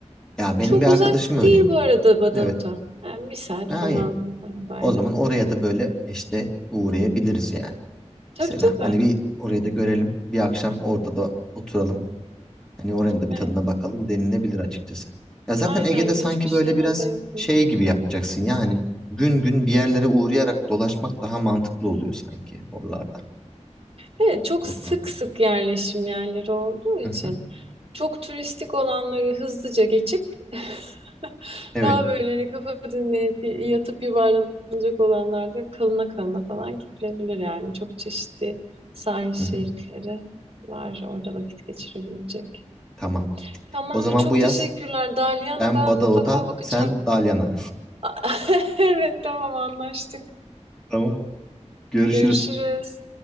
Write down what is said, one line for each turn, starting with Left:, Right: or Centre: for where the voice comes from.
Centre: Ya benim
Right: Çok
Centre: bir arkadaşım
Right: uzak
Centre: öyleydi.
Right: değil bu arada Badavut'a.
Centre: Evet.
Right: Yani bir saat
Centre: Ha
Right: falan
Centre: iyi.
Right: arabayla.
Centre: O zaman oraya da böyle işte uğrayabiliriz yani.
Right: Tabii
Centre: Mesela
Right: tabii.
Centre: hani bir orayı da görelim. Bir akşam orada da oturalım. Hani oranın da
Right: Evet.
Centre: bir tadına bakalım denilebilir açıkçası. Ya zaten
Right: Aynen
Centre: Ege'de sanki
Right: gitmişken
Centre: böyle biraz
Right: o da yapılır.
Centre: şey gibi yapacaksın yani. Gün gün bir yerlere uğrayarak dolaşmak daha mantıklı oluyor sanki oralarda.
Right: Evet, çok
Centre: O
Right: sık
Centre: taraflarda.
Right: sık yerleşim yerleri olduğu
Centre: Hı
Right: için
Centre: hı.
Right: çok turistik olanları hızlıca geçip <laughs>
Centre: Evet.
Right: daha böyle hani kafa dinleyip yatıp yuvarlanacak olanlarda kalına kalına falan gidilebilir yani. Çok çeşitli sahil şeritleri
Centre: Hı hı.
Right: var orada vakit geçirebilecek.
Centre: Tamam.
Right: Tamam
Centre: O zaman
Right: da çok
Centre: bu yaz
Right: teşekkürler. Dalyan'a
Centre: ben
Right: ben
Centre: Badavut'a,
Right: mutlaka bakacağım.
Centre: sen Dalyan'a.
Right: <laughs> Evet tamam anlaştık.
Centre: <laughs> Tamam. Görüşürüz.
Right: Görüşürüz.